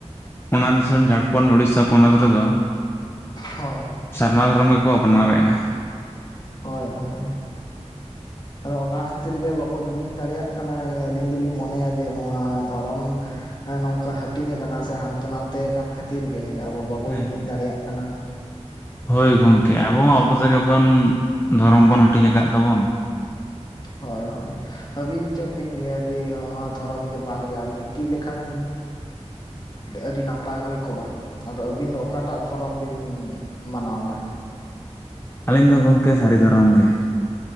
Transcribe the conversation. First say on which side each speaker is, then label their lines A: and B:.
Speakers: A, on the left; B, on the left.
A: ᱚᱱᱟ ᱫᱤᱥᱚᱢ ᱡᱷᱟᱲᱠᱷᱚᱸᱰ ᱩᱲᱤᱥᱥᱟ ᱯᱚᱱᱚᱛ ᱨᱮᱫᱚ
B: ᱦᱳᱭ᱾
A: ᱥᱟᱨᱱᱟ ᱫᱷᱚᱨᱚᱢ ᱜᱮᱠᱚ ᱟᱯᱱᱟᱨᱮᱜᱼᱟ᱾
B: ᱦᱳᱭ ᱦᱳᱭ ᱟᱫᱚ ᱚᱱᱟ ᱠᱷᱟᱹᱛᱤᱨ ᱜᱮ ᱵᱟᱵᱚ ᱡᱩᱢᱤᱫ ᱫᱟᱲᱮᱭᱟᱜ ᱠᱟᱱᱟ, ᱟᱹᱞᱤᱧ ᱫᱚᱞᱤᱧ ᱢᱚᱱᱮᱭᱟ ᱡᱮ ᱱᱚᱣᱟ ᱫᱷᱚᱨᱚᱢ ᱱᱚᱝᱠᱟ ᱦᱟᱹᱴᱤᱧ ᱟᱠᱟᱱᱟ ᱥᱮ ᱦᱟᱱᱛᱮ ᱱᱟᱛᱮ ᱠᱷᱟᱹᱛᱤᱨ ᱜᱮ ᱟᱵᱚ ᱵᱟᱵᱚ
A: ᱦᱮᱸ
B: ᱡᱩᱢᱤᱫ ᱫᱟᱲᱮᱭᱟᱜ ᱠᱟᱱᱟ᱾
A: ᱦᱳᱭ ᱜᱚᱝᱠᱮ ᱟᱵᱚ ᱦᱚᱸ ᱟᱵᱚ ᱛᱮᱜᱮ ᱵᱚᱱ ᱫᱷᱚᱨᱚᱢ ᱵᱚᱱ ᱦᱟᱹᱴᱤᱧ ᱟᱠᱟᱫ ᱛᱟᱵᱚᱱ᱾
B: ᱦᱳᱭ ᱦᱳᱭ ᱟᱹᱵᱤᱱ ᱪᱮᱫ ᱵᱤᱱ ᱞᱟᱹᱭᱟ? ᱡᱮ ᱱᱚᱣᱟ ᱫᱷᱚᱨᱚᱢ ᱡᱮ ᱵᱟᱨᱭᱟ ᱢᱤᱫᱴᱤᱡ ᱞᱮᱠᱟᱱ ᱟᱹᱰᱤ ᱱᱟᱯᱟᱭ ᱦᱩᱭ ᱠᱚᱜᱼᱟ᱾ ᱟᱫᱚ ᱟᱹᱵᱤᱱ ᱫᱚ ᱚᱠᱟᱴᱟᱜ ᱫᱷᱚᱨᱚᱢ ᱵᱤᱱ ᱢᱟᱱᱟᱣ ᱮᱫᱟ?
A: ᱟᱹᱞᱤᱧ ᱫᱚ ᱜᱚᱢᱠᱮ ᱥᱟᱹᱨᱤ ᱫᱷᱚᱨᱚᱢ ᱜᱮ ᱾